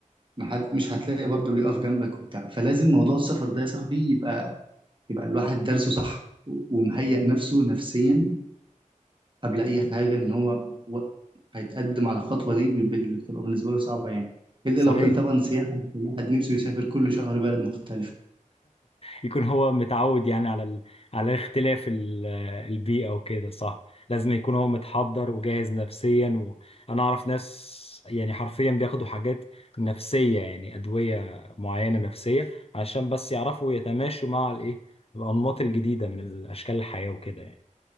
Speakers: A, on the right; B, on the left.
A: ما حد مش هتلاقي برضو اللي يقف جنبك وبتاع فلازم موضوع السفر ده يا صاحبي يبقى يبقى الواحد درسه صح و- ومهيئ نفسه نفسيا قبل اي حاجه ان هو و- هيتقدم على الخطوه دي بال- اللي بتبقى بالنسبه له صعبه يعني الا
B: صحيح
A: لو كان طبعا سياحه الواحد نفسه يسافر كل شهر بلد مختلفه
B: يكون هو متعود يعني على ال... على اختلاف ال... البيئة وكده صح لازم يكون هو متحضر وجاهز نفسيا وأنا أعرف ناس يعني حرفيا بياخدوا حاجات نفسية يعني أدوية معينة نفسية عشان بس يعرفوا يتماشوا مع الإيه الأنماط الجديدة من الأشكال الحياة وكده يعني